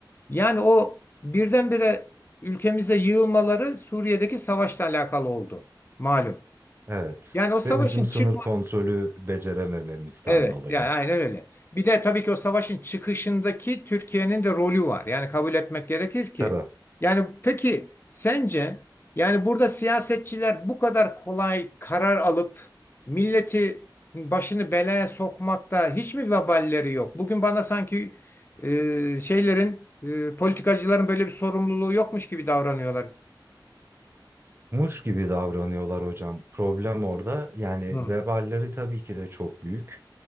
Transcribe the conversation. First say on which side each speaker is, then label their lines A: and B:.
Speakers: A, on the left (about 30°); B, on the right (about 30°).
A: Yani o birdenbire ülkemize yığılmaları Suriye'deki savaşla alakalı oldu. Malum.
B: evet.
A: Yani o savaşın
B: Ve bizim sınır
A: çıkması
B: kontrolü beceremememizden
A: Evet,
B: dolayı.
A: yani aynen öyle. Bir de tabii ki o savaşın çıkışındaki Türkiye'nin de rolü var. Yani kabul etmek gerekir ki.
B: Tabii.
A: Yani peki sence yani burada siyasetçiler bu kadar kolay karar alıp milleti başını belaya sokmakta hiç mi veballeri yok? Bugün bana sanki e, şeylerin e, politikacıların böyle bir sorumluluğu yokmuş gibi davranıyorlar.
B: Muş gibi davranıyorlar hocam. Problem orada. Yani
A: Hı,
B: veballeri tabii ki de çok büyük.